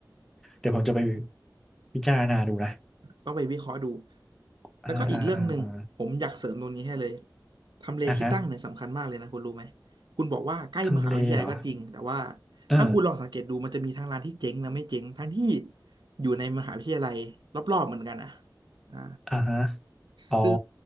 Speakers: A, in the centre; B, on the right.
A: เดี๋ยวผมจะไปพิจารณาดูนะ
B: ต้องไปวิเคราะห์ดูแล้วก็อีกเรื่องหนึ่งผมอยากเสริมตรงนี้ให้เลย
A: อ่าอ่าอ่าอ่า
B: ทำเลที่ตั้งเนี่ยสำคัญมากเลยนะคุณรู้ไหม
A: อ่าฮะ
B: คุณบอกว่าใกล้มหาวิทยาลัยก็จริงแต่ว่า
A: ทำเลเหรอเออ
B: ถ้าคุณลองสังเกตดูมันจะมีทั้งร้านที่เจ๊งและไม่เจ๊งทั้งที่อยู่ในมหาวิทยาลัยรอบๆเหมือนกันอ่ะอ่า
A: อ่าฮะอ๋อ
B: คือ